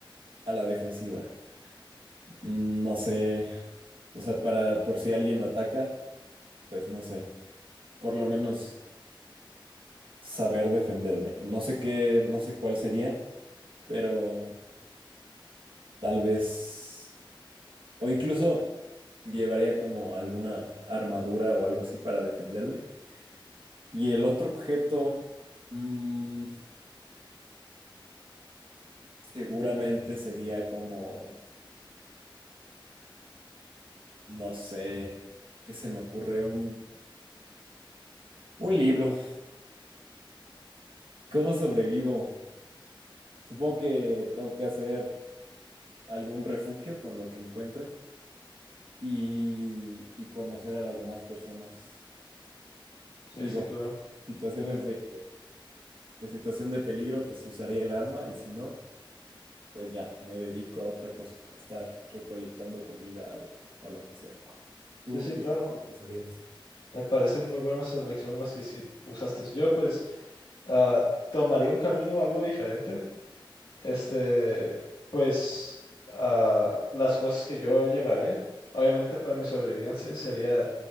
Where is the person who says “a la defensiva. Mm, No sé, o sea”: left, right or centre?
Right